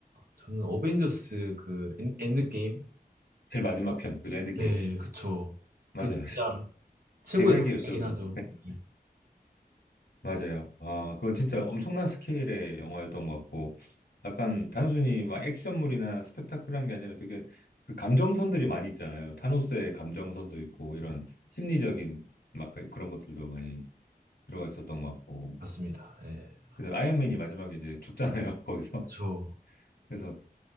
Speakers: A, on the right; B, on the left.
A: 저는 어벤져스 그 엔, 엔드게임?
B: 제일 마지막 편, 그죠? 엔드게임.
A: 네, 그쵸.
B: 맞아요,
A: 그 진짜
B: 맞아요.
A: 최고의
B: 대작이었죠,
A: 감동이긴
B: 그건.
A: 하죠. 네,
B: 맞아요. 아, 그건 진짜 엄청난 스케일의 영화였던 것 같고, 약간 단순히 막 액션물이나 스펙타클한 게 아니라 되게 그 감정선들이 많이 있잖아요. 타노스의 감정선도 있고, 이런 심리적인 막 그런 것들도 많이 들어가 있었던 것 같고.
A: 맞습니다. 네.
B: 근데 아이언맨이 마지막에 이제 죽잖아요, <laughs> 거기서.
A: 그쵸.
B: 그래서